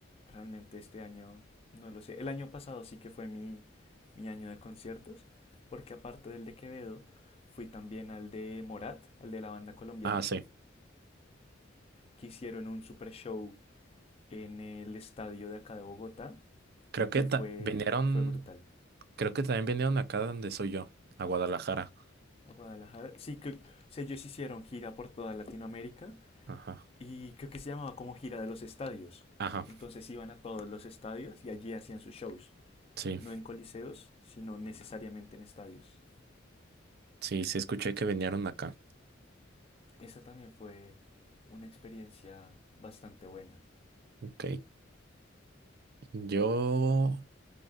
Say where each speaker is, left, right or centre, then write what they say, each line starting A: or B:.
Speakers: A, on the left; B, on the right.
A: Realmente este año no lo sé. El año pasado sí que fue mi, mi año de conciertos, porque aparte del de Quevedo, fui también al de Morat, al de la banda colombiana,
B: Ah, sí.
A: que hicieron un super show en el estadio de acá de Bogotá
B: Creo que
A: y
B: ta-
A: fue,
B: vinieron,
A: fue brutal.
B: creo que también vinieron acá donde soy yo, a Guadalajara.
A: A Guadalajara, sí que o sea, ellos hicieron gira por toda Latinoamérica
B: Ajá.
A: y creo que se llamaba como gira de los estadios.
B: Ajá.
A: Entonces iban a todos los estadios y allí hacían sus shows.
B: Sí.
A: No en coliseos, sino necesariamente en estadios.
B: Sí, sí, escuché que vinieron acá.
A: Esa también fue una experiencia bastante buena.
B: Ok. Yo,